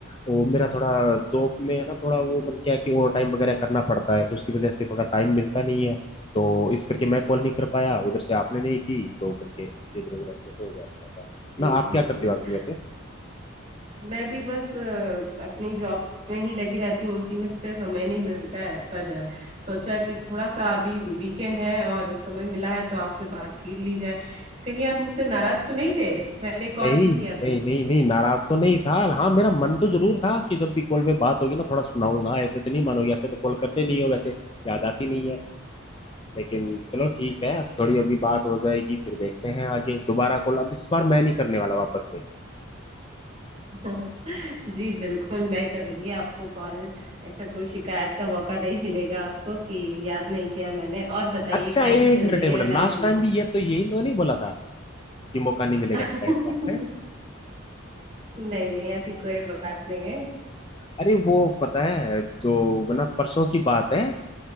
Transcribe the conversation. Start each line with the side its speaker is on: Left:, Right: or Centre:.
Left: वो मेरा थोड़ा जॉब में है ना थोड़ा वो मतलब क्या है कि ओवर टाइम वगैरह करना पड़ता है तो उसकी वजह से थोड़ा टाइम मिलता नहीं है तो इस करके मैं कॉल नहीं कर पाया उधर से आपने नहीं की तो करके इधर उधर ऐसे हो गया थोड़ा सा
Right: जी
Left: ना आप
Right: बिल्कुल
Left: क्या करते हो आजकल वैसे
Right: मैं भी बस अ, अपनी जॉब में ही लगी रहती हूँ उसी में से समय नहीं मिलता है पर अ, सोचा कि थोड़ा सा अभी वीकेंड है और समय मिला है तो आपसे बात कर ली जाए कहीं आप मुझसे नाराज तो नहीं थे मैंने कॉल
Left: नहीं
Right: नहीं किया
Left: नहीं
Right: तो
Left: नहीं नहीं नाराज तो नहीं था हाँ मेरा मन तो जरूर था कि जब भी कॉल पे बात होगी ना थोड़ा सुनाऊंगा ऐसे तो नहीं मानोगे ऐसे तो कॉल करते नहीं हो वैसे याद आती नहीं है लेकिन चलो ठीक है अब थोड़ी अभी बात हो जाएगी फिर देखते हैं आगे दोबारा कॉल अब इस बार मैं नहीं करने वाला वापस से
Right: <laughs> जी बिल्कुल मैं करूंगी आपको कॉल ऐसा कोई शिकायत का मौका नहीं मिलेगा आपको कि याद नहीं किया मैंने और बताइए
Left: अच्छा
Right: कैसी
Left: एक
Right: चल
Left: मिनट
Right: रही
Left: एक
Right: है
Left: मिनट
Right: लाइफ
Left: लास्ट
Right: में
Left: टाइम भी ये तो यही तो नहीं बोला था कि मौका नहीं मिलेगा
Right: <laughs>
Left: शिकायत का है
Right: नहीं नहीं ऐसी कोई बात नहीं है
Left: अरे वो पता है जो ना परसों की बात है